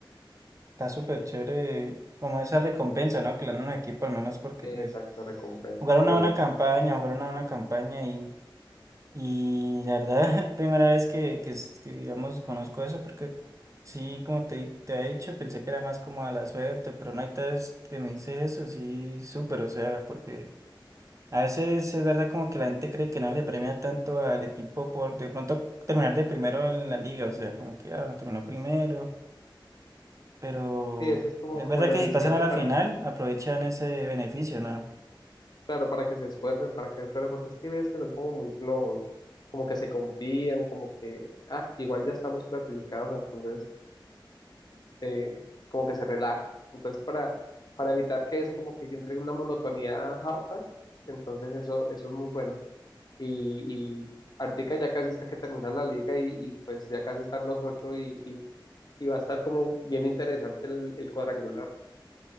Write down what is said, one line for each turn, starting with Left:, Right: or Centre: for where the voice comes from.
Right: está súper chévere, como esa recompensa, ¿no? Que le dan a un equipo, al menos porque,
Left: Exacto,
Right: pues,
Left: recompensa.
Right: jugar una
Left: Sí,
Right: buena campaña, jugar una buena campaña y Y la verdad, <laughs> es primera vez que, que, es- que, digamos, conozco eso, porque sí, como te, di- te he dicho, pensé que era más como a la suerte, pero no hay vez que me dice eso, sí, súper, o sea, porque a veces es verdad como que la gente cree que no le premia tanto al equipo por de pronto terminar de primero en la liga, o sea, como que ah, terminó primero, pero
Left: sí, eso es como,
Right: es
Left: como
Right: verdad
Left: el
Right: que
Left: aliciente
Right: si pasan a la
Left: para,
Right: final, aprovechan ese beneficio, ¿no?
Left: claro, para que se esfuercen, para que se esfuercen, porque es que ves que son como muy flojos, como que se confían, como que, ah, igual ya estamos clasificados, entonces eh, como que se relaja. Entonces, para, para evitar que eso como que entre en una monotonía harta, entonces eso, eso es muy bueno. y, y ahorita ya casi está que termina la liga y, y, pues ya casi están los ocho y, y, y va a estar como bien interesante el, el cuadrangular.